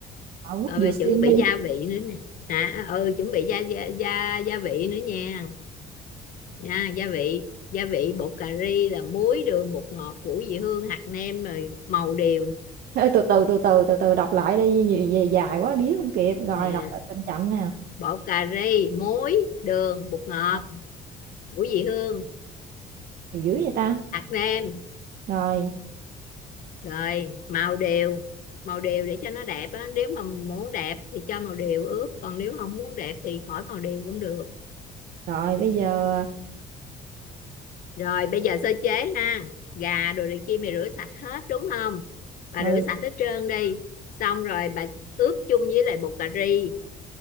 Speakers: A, on the right; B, on the left.
A: ờ, quất
B: rồi
A: dừa
B: về
A: xiêm
B: chuẩn bị
A: đi.
B: gia vị nữa nè hả ừ chuẩn bị gia gia gia, gia vị nữa nha nha gia vị gia vị bột cà ri là muối đường bột ngọt củ vị hương hạt nêm rồi màu điều
A: Ê, từ từ, từ từ, từ từ đọc lại đi, nhiều về dài quá ghía không kịp, rồi
B: nè
A: đọc lại chậm chậm nè,
B: bột cà ri muối đường bột ngọt
A: ờ,
B: củ vị hương
A: nhiều dữ vậy ta?
B: hạt nêm
A: Rồi,
B: rồi màu điều màu điều để cho nó đẹp á nếu mà muốn đẹp thì cho màu điều ướp còn nếu không muốn đẹp thì khỏi màu điều cũng được
A: rồi bây giờ, ờ,
B: rồi bây giờ sơ chế ha gà đồ này kia mày rửa sạch hết đúng không bà
A: ừ,
B: rửa sạch hết trơn đi xong rồi bà ướp chung với lại bột cà ri